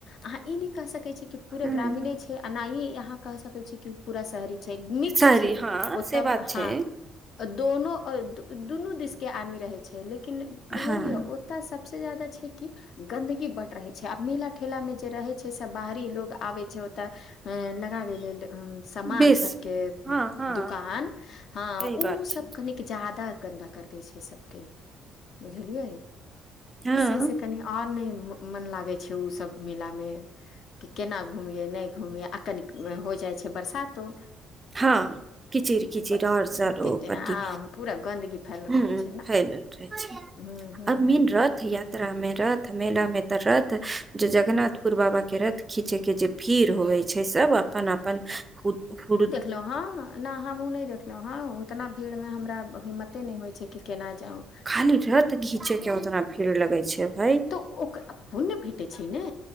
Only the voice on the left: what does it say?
अह। ई न क सकैत छी। पूे
ग्रामीणे छै एना ई। यहाँ क सकै छी कि पूरा शहरी छै।
छै
ओत
ह दोनों दो। दुनू देश के आदमी रहै छै लेकिन।
बुझलियै ओतय सबस जादा छै कि गंन्दगी बड रहे। आ मेला ठेला मे जे रहै छै। छे सब बाहरी लोग आवि छे। त। अ लगाबे लेल समान
सबके।
दुकान हँ
ओ
सब कनेिक जा। आदा गन्दा कर दै छै सबके बुझलियै।
से से कनि आओर नहि। मन लागै छै ओ सब मिलामे कि केना घूमिये नहि घूमिये आ कन हो जाइ छै बरसातो।
ब-
कि-
आ पूरा गन्दगी फैल रहै
छै ने
हूँ हूँ
हूँ
ह नहि हम उ नहि देखलहुं हँ उतना भीड़ मे हमरा। हिम्मते नहि होइ छै कि केना। जाउ
तऽ ओकरा पुण्य भेटैत छै ने